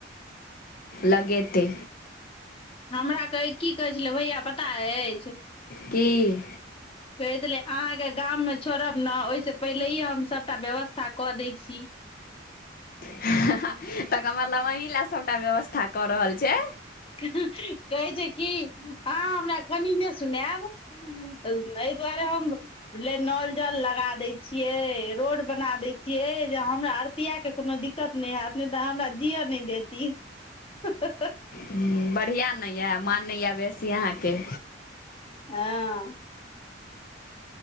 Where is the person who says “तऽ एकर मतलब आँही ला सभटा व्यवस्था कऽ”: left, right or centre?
Left